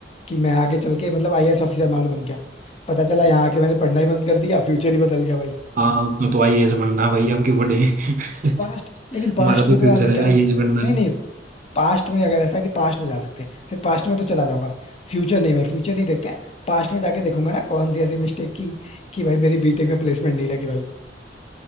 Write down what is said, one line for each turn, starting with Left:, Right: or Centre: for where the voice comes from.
Left: कि मैं आगे चल के मतलब आईएएस ऑफिसर मान लो बन गया पता चला यहाँ आके मैंने पढ़ना ही बंद कर दिया फ्यूचर ही बदल गया भाई
Right: हाँ अपना तो आईएएस बनना भाई हम क्यों बने <laughs>
Left: पास्ट लेकिन पास्ट
Right: हमारा तो
Left: में तो
Right: फ्यूचर
Left: जा सकते
Right: है
Left: हैं
Right: आईएएस
Left: ना
Right: बनना
Left: नहीं नहीं पास्ट में अगर ऐसा कि पास्ट में जा सकते हैं फिर पास्ट में तो चला जाऊंगा फ्यूचर नहीं भाई फ्यूचर नहीं देखते हैं पास्ट में जाके देखूंगा ना कौन सी ऐसी मिस्टेक की कि भाई मेरी बीटेक में प्लेसमेंट नहीं लगी भाई